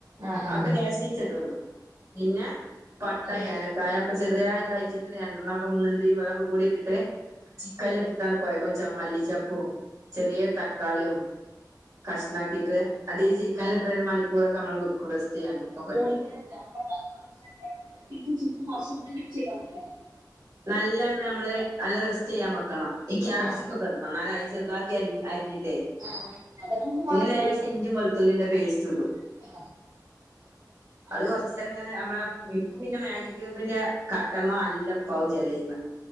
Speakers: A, on the right; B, on the right.
A: ആഹ് ആഹ്
B: ഒക്കെ ലേശിച്ചിടുള്ളു പിന്നെ പട്ട
A: ആഹ്
B: ഏലക്കായ ഒക്കെ ചെറിയായ ഇതായിട്ടിട്ട് രണ്ടണ്ണക്കെ മൂ വക കൂടിയിട്ടിട്ട് ചിക്കൻ ഇട്ടിട്ടാണ് കൊഴ കൊ ച മല്ലിച്ചപ്പും ചെറിയൊരു തക്കാളിയും കഷ്ണംമാക്കിട്ട് അത് ഈ ചിക്കനിലിട്ട് ഒരു മണിക്കൂറൊക്കെ നമ്മള് ചെയ്യാൻ ഉപ്പൊക്കെ
A: ഓ
B: ഇട്ടിട്ട്
A: ഇങ്ങനെ അപ്പ ആ മസാല എല്ലാം കൂടെ തട്ടിട്ട് ചിക്കൻ കൊറച്ചൊന്നും വെച്ചേക്കണംല്ലേ
B: നല്ലന്ന് നമ്മള് നല്ല റെസ്റ്റ് ചെയ്യാൻ വെക്കണം ഈ ക്യാപ്സിക്
A: ആഹ്
B: ഒക്കെടണം നാല് ചറുതാക്കി അരിഞ്ഞ്
A: ആ ആ അതൊക്കെ നമുക്ക്
B: പിന്നെ
A: മറന്നിട്ടല്ലോ
B: ലേശം ഇഞ്ചും വെളുത്തുള്ളിന്റെ പേസ്റ്റ് ഇടും
A: ആ
B: അത് കൊറച്ചു നേരം ഇങ്ങനെ നമ്മള് ഇപ്പ് പിന്നെ മാഗി ക്യൂബിന്റെ കട്ടമ്മല് അല്ല പ്പാവും ചെലെയ്മ